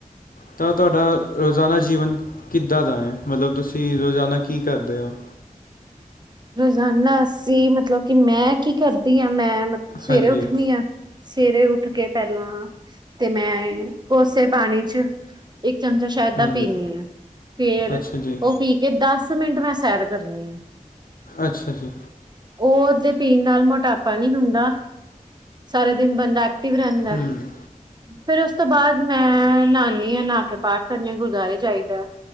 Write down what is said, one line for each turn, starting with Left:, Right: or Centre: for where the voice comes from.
Left: ਤਾਂ ਤੁਹਾਡਾ ਰੋਜ਼ਾਨਾ ਜੀਵਨ ਕਿੱਦਾਂ ਦਾ ਏ ਮਤਲਬ ਤੁਸੀਂ ਰੋਜ਼ਾਨਾ ਕੀ ਕਰਦੇ ਹੋ? <inaudible>
Right: ਰੋਜ਼ਾਨਾ ਅਸੀਂ ਮਤਲਬ ਕਿ ਮੈਂ ਕੀ ਕਰਦੀ ਹਾਂ। ਮੈਂ ਮਤਲਬ ਸਵੇਰੇ
Left: ਹਾਂਜੀ
Right: ਉੱਠਣੀ ਆ। ਸਵੇਰੇ ਉੱਠ ਕੇ ਪਹਿਲਾਂ ਤੇ ਮੈਂ ਕੋਸੇ ਪਾਣੀ ਚ ਇੱਕ ਚਮਚਾ ਸ਼ਹਿਦ ਦਾ
Left: ਹਾਂਜੀ
Right: ਪੀਂਨੀ ਹਾਂ ਫਿਰ
Left: ਅੱਛਾ ਜੀ
Right: ਉਹ ਪੀ ਕੇ ਦੱਸ ਮਿੰਟ ਮੈਂ ਸੈਰ ਕਰਨੀ ਆ।
Left: ਅੱਛਾ ਜੀ
Right: ਉਹਦੇ ਪੀਣ ਨਾਲ ਮੋਟਾਪਾ ਨਹੀਂ ਹੁੰਦਾ। ਸਾਰੇ ਦਿਨ ਬੰਦਾ ਐਕਟੀਵ ਰਹਿੰਦੈ।
Left: ਹੂੰ
Right: ਫਿਰ ਉਸ ਤੋਂ ਬਾਅਦ ਮੈਂ ਨਾਨੀ ਆਂ ਨਾਂਹ ਕੇ ਪਾਠ ਕਰਨੀ ਆ ਗੁਰਦੁਆਰੇ ਜਾਈਦੈ।